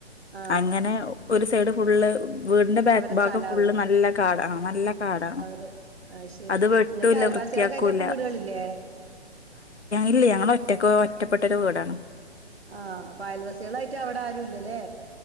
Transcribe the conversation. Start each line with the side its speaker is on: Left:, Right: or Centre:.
Right: ആഹ്
Left: അങ്ങനെ ഒര് സൈഡ് ഫുള്ള്. വീടിന്റെ ബാക്ക്
Right: അവരെ
Left: ഭാഗം
Right: സ്ഥലാവും
Left: ഫുള്ള് നല്ല കാടാണ് ആണ് കാടാണ്
Right: അവര് ശരി
Left: അത് വെട്ടൂല്ല
Right: ഇങ്ങക്ക് അയൽവാസികളൊക്കെ
Left: വൃത്തിയാക്കൂല്ല
Right: ആയിട്ട് അപ്പൊ വീടുകളില്ലേ
Left: ഇല്ല ഞങ്ങൾ ഒറ്റപ്പെട്ടൊരു വീടാണ്
Right: ആഹ് അയൽവസികളായിട്ട് അവിടെ ആരും ഇല്ലല്ലേ